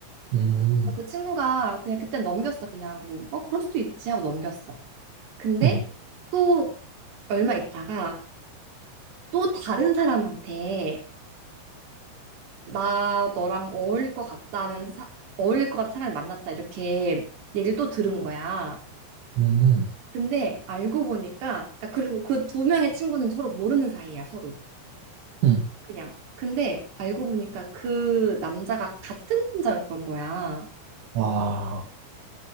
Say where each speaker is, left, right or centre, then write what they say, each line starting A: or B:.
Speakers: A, on the right; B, on the right.
A: 음,
B: 그 친구가 그냥 그때 넘겼어. 그냥 뭐, 어, 그럴 수도 있지 하고 넘겼어. 근데
A: 음,
B: 또 얼마 있다가 또 다른 사람한테 나 너랑 어울릴 것 같다는 사, 어울릴 것 같은 사람을 만났다. 이렇게 얘기를 또 들은 거야.
A: 음,
B: 근데 알고 보니까, 그러니까 그리고 그 두 명의 친구는 서로 모르는 사이야, 서로.
A: 음.
B: 그냥. 근데 알고 보니까 그 남자가 같은 남자였던 거야.
A: 와.